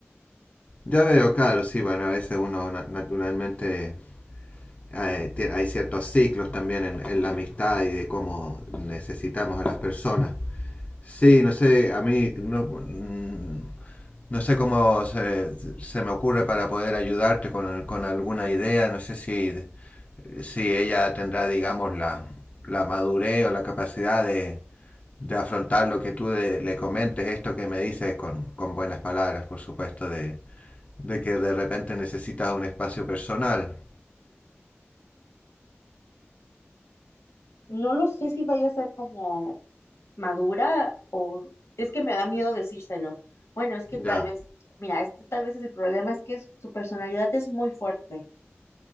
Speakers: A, on the left; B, on the left.
A: Ya veo, claro, sí, bueno, a veces uno na- naturalmente eh, tie- hay ciertos ciclos también en, en la amistad y de cómo necesitamos a las personas. Sí, no sé, a mí no, mm, no sé cómo se, se me ocurre para poder ayudarte con, con alguna idea. No sé si, si ella tendrá, digamos, la, la madurez o la capacidad de, de afrontar lo que tú de- le comentes, esto que me dices con, con buenas palabras, por supuesto, de, de que de repente necesitas un espacio personal.
B: No lo sé si vaya a ser como madura o es que me da miedo decírselo. Bueno, es que tal
A: Ya,
B: vez, mira, este tal vez es el problema, es que es- su personalidad es muy fuerte.